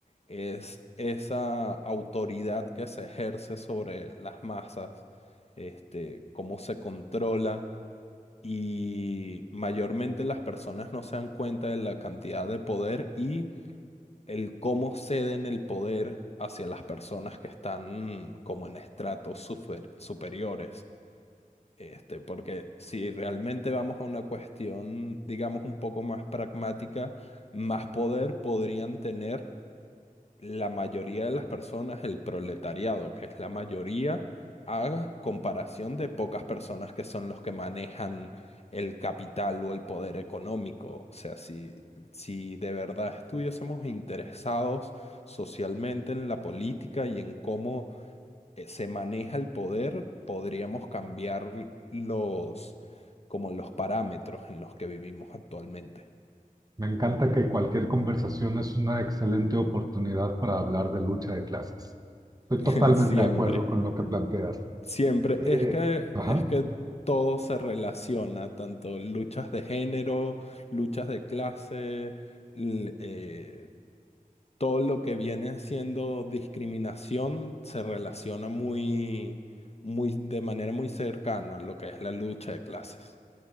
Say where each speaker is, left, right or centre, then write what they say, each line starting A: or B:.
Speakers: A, on the left (about 45°); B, on the right (about 25°).
A: es esa autoridad que se ejerce sobre las masas, este, cómo se controla y mayormente las personas no se dan cuenta de la cantidad de poder y el cómo ceden el poder hacia las personas que están mm, como en estratos super- superiores. Este, porque si realmente vamos a una cuestión, digamos, un poco más pragmática, más poder podrían tener la mayoría de las personas, el proletariado, que es la mayoría, a comparación de pocas personas que son los que manejan el capital o el poder económico. O sea, si, si de verdad estuviésemos interesados socialmente en la política y en cómo eh, se maneja el poder, podríamos cambiar los, como los parámetros en los que vivimos actualmente.
B: Me encanta que cualquier conversación es una excelente oportunidad para hablar de lucha de clases. Estoy
A: <laughs>
B: totalmente
A: Siempre.
B: de acuerdo con lo que planteas.
A: Siempre,
B: Eh,
A: es que,
B: ajá,
A: es que todo se relaciona, tanto luchas de género, luchas de clase, l- eh, todo lo que viene siendo discriminación se relaciona muy, muy, de manera muy cercana a lo que es la lucha de clases.